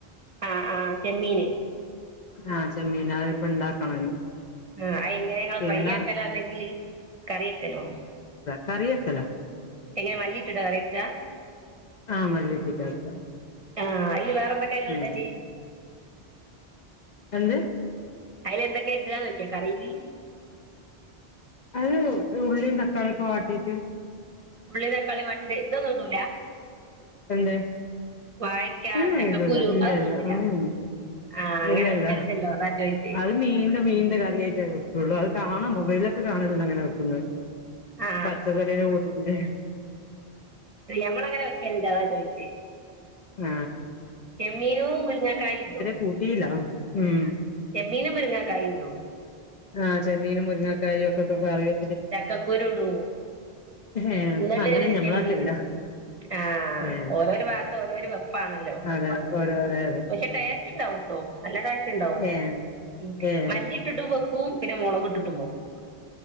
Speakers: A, on the right; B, on the left.
A: ആ ആ ചെമ്മീന്
B: ആ ചെമ്മീനാ ഇപ്പ ഇണ്ടാക്കണ ഇനി
A: ആ അയ് എങ്ങനെങ്ങള്
B: പിന്നെ
A: പ്രൈ ആക്കലോ അല്ലെങ്കില് കറിവെക്കലോ
B: കറി വെക്കലാ
A: എങ്ങന മല്ലിട്ട്ട്ടാ കറി വെക്ക
B: ആ മല്ലിട്ട്ട്ടാ ആക്കാ
A: ആ അയില് വേറെ എന്തൊക്കെയാ ഇങ്ങള്
B: ഉം
A: ഇടല്
B: എന്ത്
A: അയിൽ എന്തൊക്കെ ഇടാ നോക്കിയാ കറീല്
B: അത് ഉള്ളിയും തക്കാളിയൊക്കെ വാട്ടീട്ട്
A: ഉള്ളിം തക്കാളിം വാട്ടിട്ട് ഇതൊന്നും ഇടൂല്ല
B: എന്തേ
A: വാഴക്ക
B: ഉം ഉ
A: ചക്കക്കുരു
B: ഇല്ല
A: അതൊന്നും
B: ഇല്ല
A: ഇടൂല
B: ഉം
A: ആ അങ്ങനെ
B: ഇല്ല
A: വെക്കലുണ്ടല്ലോ
B: ഇല്ല
A: അതാ ചോദിച്ചേ
B: അത് മീന്റെ മീന്റെ കറിയായിട്ടേ കിട്ടൊള്ളൂ അത് കാണാം മൊബൈലൊക്കെ കാണല്ണ്ട് അങ്ങനെ വെക്കുന്നെ
A: ആ
B: പച്ചക്കറിൻ്റെ കൂട്ടത്തിലെ
A: ഞമ്മള അങ്ങനെ വക്കൽ ഇണ്ട് അതാ ചോയിച്ചേ
B: ആ
A: ചെമ്മീനും മുരിങ്ങാക്കായും ഇടും
B: കൂട്ടിയില്ല ഉം
A: ആ ചെമ്മീനും മുരുങ്ങാക്കായും ഇടും
B: ആ ചെമ്മീനും മുരിങ്ങാക്കായും ഒക്കെക്കെ കറി വെ
A: ചക്കക്കുരു ഇടൂ
B: ഏഹ്
A: ഇന്നട്ട്
B: അങ്ങനെ ഞമ്മളൊക്കെല്ല
A: ചെമ്മീൻ ഇടും ആ
B: ഏഹ്
A: ഓരോരു ഭാഗത്ത് ഓരോരോ വെപ്പാണല്ലോ
B: അതെ ഓരോ അതെ അതെ
A: പക്ഷെ പേ ഇണ്ടാവൂട്ടോ നല്ല ടേസ്റ്റിണ്ടാവും
B: ഏഹ്
A: ഉം
B: ഏഹ്
A: മല്ലി ഇട്ടിട്ടും വെക്കും പിന്നെ മുളക് ഇട്ടിട്ടും വെക്കും